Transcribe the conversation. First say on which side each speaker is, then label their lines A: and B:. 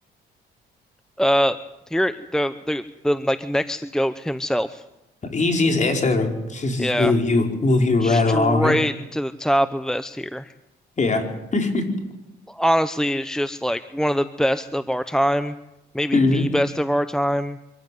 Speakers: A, in the centre; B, on the left.
A: Uh, here the the the like next the goat himself.
B: The easiest ass ever. Just just
A: Yeah,
B: move you, move you right
A: straight
B: along here.
A: to the top of S tier.
B: Yeah. <laughs>
A: Honestly, it's just like one of the best of our time, maybe
B: hmm
A: the best of our time.